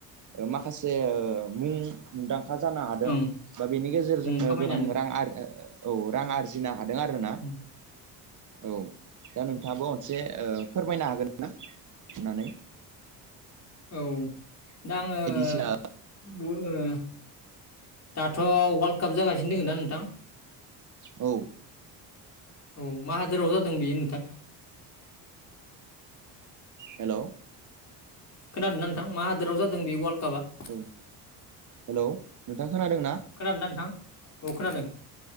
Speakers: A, on the right; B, on the left.
A: माखासे ओ मुं मुंदांखा जानो हादों
B: ओं
A: बा बेनि गेजेरजोंनो
B: मुं खामायनो
A: गोबां रां औ रां आरजि गिनो हादों आरो ना
B: हादों
A: औ दा नोंथाङाबो मोनसे ओ-' फोरमायनो हागोन ना होननानै
B: औ दा आङो <unintelligible>
A: बायदिसिना
B: दाथ' वाल्ड काप जागासिनो दोङो ना नोंथां?
A: औ।
B: औ मा हादोराव जादों बेयो नोंथां?
A: हेल?
B: खोनादों ना नोंथां मा हादोराव जादों बे वारल्ड कापा?
A: औ हेलौ नोंथां खोनादों ना?
B: खोनादों ना नोंथां? औ खोनादों।